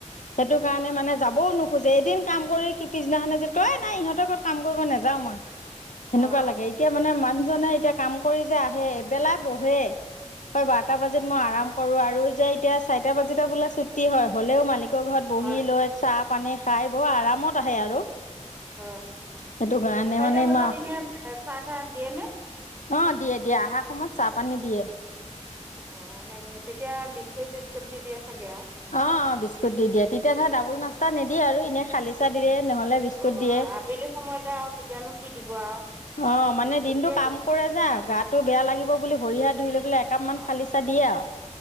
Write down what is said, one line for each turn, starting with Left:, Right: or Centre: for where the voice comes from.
Left: সেইটো কাৰণে মানে যাবও নোখোঁজে, এদিন কাম কৰি সি পিছদিনাখনে যদি কয়, এ নাই ইহঁতৰ ঘৰত কাম কৰিব নাযাওঁ‌ মই। সেনেকুৱা
Right: অঁ
Left: লাগে। এতিয়া মানে মান জনে এতিয়া কাম কৰি যে আহে এবেলা বহে হয় বাৰটা বজাত মই আৰাম কৰো আৰু যে এতিয়া চাৰটা বাজিলে বোলা ছুটি হয় হলেও মালিক কৰ ঘৰত বহি
Right: হয়
Left: লৈ চাপ পানী খাই, বৰ আৰামত আহে আৰু।
Right: হয়,
Left: সেইটো কাৰণে
Right: চাৰিটা
Left: মানে
Right: বজাত
Left: ইমান
Right: এনে চাহ - তাহ দিয়ে নে?
Left: অ' দিয়ে - দিয়ে অহাৰ সময়ত চাহ পানী দিয়ে।
Right: অ' এনে তেতিয়া বিস্কুট- চিস্কুট দি দিয়ে। চাগে আৰু
Left: অ' অ' বিস্কুট দি দিয়ে, তেতিয়া ধৰা ডাবুল নাস্তা নিদ দিয় আৰু এনে খালি চাহ দিয়ে। নহ'লে বিস্কুট
Right: অ'
Left: দিয়ে
Right: আবেলি সময়তে আৰু তেতিয়ানো কি দিব। দিব আৰু।
Left: অ' মানে
Right: বিস্কুট
Left: দিনটো
Right: দিয়ে
Left: কাম কৰে যে গাটো বেয়া লাগিব বুলি ভৰিহা ধুই লৈ বলে একাপ মন
Right: অঁ
Left: খালি চাহ দিয়ে। অঁ।